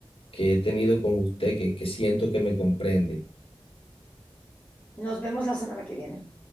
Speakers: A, on the left; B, on the left.
A: que he tenido con usted, que, que siento que me comprende.
B: Nos vemos la semana que viene.